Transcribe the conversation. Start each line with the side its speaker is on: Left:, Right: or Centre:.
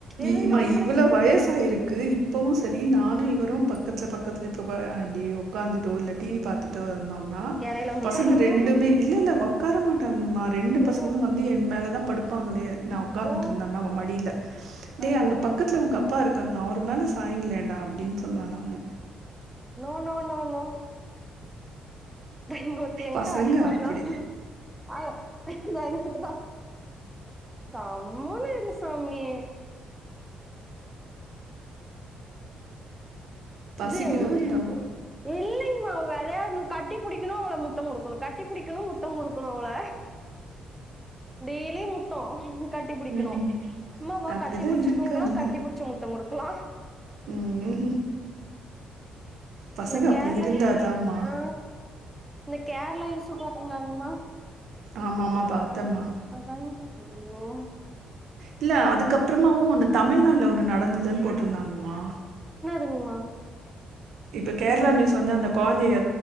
Centre: இல்ல
Right: இம்மா
Centre: நம்மளுக்கு
Right: இவ்ளோ வயசாயிருக்கு இப்பவு ஸ் சரி நானு இவரு பக்கத்ல பக்கத்ல இப்போ ப இப்டி உக்காந்துட்டோ இல்ல டி வி பாத்து ட்டோ இருந்தோனா
Centre: இடையில வந்து உட்காருவாங்க.
Right: பசங்க ரெண்டுமே இல்ல இல்ல ஒக்கார மாட்டாங்கமா ரெண்டு பசங்களு
Centre: "ஓ!
Right: வந்து என் மேலே தா படுப்பாங்களே நா உக்காந்துட்டு
Centre: ஓ!
Right: இருந்தேனா அவன் மடில டேய்
Centre: அதான்
Right: அங்க
Centre: அதாங்க.
Right: பக்கத்ல உங்க அப் ப்பா இருக்காங்க அவர் மேல சாயுங்களேன்டா அப்டின்னு சொல்வ நானு
Centre: நோ நோ நோ நோ தா இங்க ஒருத்தி எங்கிட்ட
Right: பசங்க
Centre: அடி வாங்காம
Right: அப்படி.
Centre: ஆஹ் கண்டிப்பா கம்முன்னு இரு சௌமி
Right: பசிக்குதோ
Centre: இதோ
Right: என்னவோ?
Centre: இல்லைங்மா அவ வெளையாணு கட்டி புடிக்கணு அவள முத்த குடுக்கணு கட்டி புடிக்கணு முத்த குடுக்கணு அவள டெய்லி முததோ கட்டி புடிக்ணு
Right: ம்.
Centre: அம்மா வா
Right: அப்படிதான்
Centre: கட்டி புடிச்சு
Right: இருக்காங்க.
Centre: தூங்கலா கட்டி புடிச்சு முத்த குடுக்லா
Right: ம் பசங்க
Centre: இந்த கேர்ளா
Right: அப்டி இருந்தாதாம்மா
Centre: இஸு ஆ இந்த கேர்ளா இஸு பாத்திங்ளாமா
Right: ஆமா மா பாத்தன்மா
Centre: அதாங்மா அய்யயோ
Right: இல்ல அதுக்கப்றமாவு ஒன்னு தமிழ்நாட்ல ஒண்ணு நடந்ததுன் போட்ருந்தங்கமா
Centre: இல்ல
Right: இப்ப கேர்ளா நியூஸ் வந்து அந்த கொழந்தய